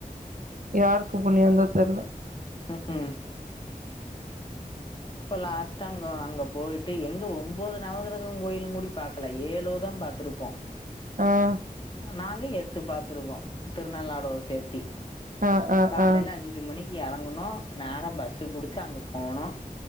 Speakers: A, on the right; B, on the left.
A: யாருக்கு புண்ணிந்தா தெர்ல
B: உஉ இப்ப லாஸ்ட்டா அங்க அங்க போயிட்டு எங்க ஒம்போது நவ கிரகம் கோயிலும் கூடி பாக் கல ஏலோதா பாத்துருப்போ
A: அ
B: நாங்க எட்டு பாத்துருக்கோ திருநள்ளாறோ சேர்த்தி
A: ஆ ஆ
B: காலைல
A: ஆ
B: அஞ் சு மணிக்கு எறங்குனோ நேரா பஸ்சு புடிச்சி அங்க போனோ